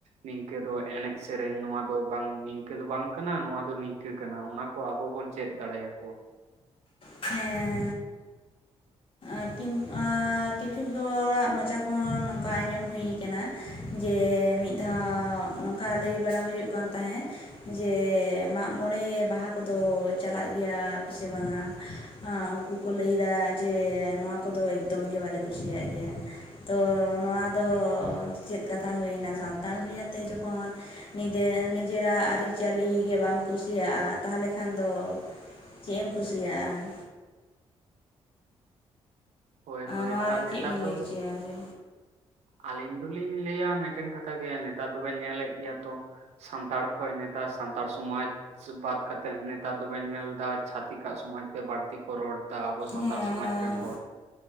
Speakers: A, on the right; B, on the left.
A: ᱱᱤᱝᱠᱟᱹ ᱫᱚ ᱮᱱᱮᱡ ᱥᱮᱨᱮᱧ ᱱᱚᱣᱟ ᱫᱚ ᱵᱟᱝ ᱛᱮ ᱫᱚ ᱵᱟᱝ ᱠᱟᱱᱟ ᱱᱚᱣᱟ ᱫᱚ ᱱᱤᱝᱟᱹ ᱠᱟᱱᱟ ᱚᱱᱟ ᱠᱚ ᱟᱵᱚ ᱵᱚᱱ ᱪᱮᱫ ᱫᱟᱲᱮᱭᱟᱠᱚᱣᱟ
B: ᱦᱮᱸ ᱮᱜ ᱠᱤᱢ ᱠᱤᱪᱷᱩ ᱦᱚᱲᱟᱜ ᱢᱚᱪᱟ ᱠᱷᱚᱱ ᱱᱚᱝᱠᱟ ᱟᱸᱡᱚᱢ ᱦᱩᱭᱩ ᱠᱟᱱᱟ ᱡᱮ ᱢᱤᱫ ᱫᱷᱟᱣ ᱱᱚᱝᱠᱟ ᱞᱟᱹᱭ ᱵᱟᱲᱟ ᱦᱩᱭᱩᱜ ᱠᱟᱱ ᱛᱟᱦᱮᱸᱫ ᱡᱮ ᱢᱟᱜ ᱢᱚᱬᱮ ᱵᱟᱦᱟ ᱠᱚᱫᱚ ᱪᱟᱞᱟᱜ ᱜᱮᱭᱟ ᱯᱮᱥᱮ ᱵᱟᱝ-ᱟ ᱦᱟ ᱩᱱᱠᱩ ᱠᱚ ᱞᱟᱹᱭᱫᱟ ᱡᱮ ᱱᱚᱣᱟ ᱠᱚᱫᱚ ᱮᱠᱫᱚᱢ ᱜᱮ ᱵᱟᱞᱮ ᱠᱩᱥᱤᱭᱟᱜ ᱜᱮᱭᱟ᱾ ᱛᱚ ᱱᱚᱣᱟ ᱫᱚ ᱪᱮᱫ ᱠᱟᱛᱷᱟ ᱦᱩᱭᱱᱟ ᱥᱟᱱᱛᱟᱲ ᱦᱩᱭ ᱠᱟᱛᱮᱜ ᱡᱚᱠᱷᱚᱱ-ᱼ ᱱᱤᱡᱮ ᱱᱤᱡᱮᱨᱟᱜ ᱟᱹᱨᱤ ᱪᱟᱹᱞᱤ ᱜᱮ ᱵᱟᱢ ᱠᱩᱥᱤᱭᱟᱜᱼᱟ ᱛᱟᱦᱚᱞᱮ ᱠᱷᱟᱱ ᱫᱚ ᱪᱮᱫ ᱮᱢ ᱠᱩᱥᱤᱭᱟᱜᱼᱟ
A: ᱦᱳᱭ ᱦᱳᱭ
B: ᱱᱚᱣᱟ
A: ᱟᱨ
B: ᱨᱮ ᱪᱮᱫ
A: ᱱᱮᱛᱟᱨ
B: ᱵᱤᱱ
A: ᱫᱚ
B: ᱞᱟᱹᱭ ᱚᱪᱚᱭᱟ ᱡᱮ
A: ᱟᱹᱞᱤᱧ ᱫᱚᱞᱤᱧ ᱞᱟᱹᱭᱟ ᱢᱤᱫᱴᱮᱱ ᱠᱟᱛᱷᱟ ᱜᱮ ᱱᱮᱛᱟᱨ ᱫᱚᱵᱮᱱ ᱧᱮᱞᱮᱫ ᱜᱮᱭᱟ ᱛᱚ ᱾ ᱥᱟᱱᱛᱟᱲ ᱠᱷᱚᱡ ᱱᱮᱛᱟᱨ ᱥᱟᱱᱛᱟᱲ ᱥᱚᱢᱟᱡᱽ ᱾ ᱵᱟᱫ ᱠᱟᱛᱮᱜ ᱱᱮᱛᱟᱨ ᱫᱚᱵᱮᱱ ᱧᱮᱞ ᱫᱟ ᱪᱷᱟᱹᱛᱤᱠᱟᱜ ᱥᱚᱢᱟᱡᱽ ᱛᱮ ᱵᱟᱹᱲᱛᱤ ᱠᱚ ᱨᱚᱲ ᱼᱼ ᱫᱟ ᱟᱵᱚ ᱥᱟᱱᱛᱟᱲ
B: ᱦᱮᱸ
A: ᱥᱚᱢᱟᱡᱽ
B: ᱦᱮᱸ
A: ᱨᱮᱱ ᱦᱚᱲ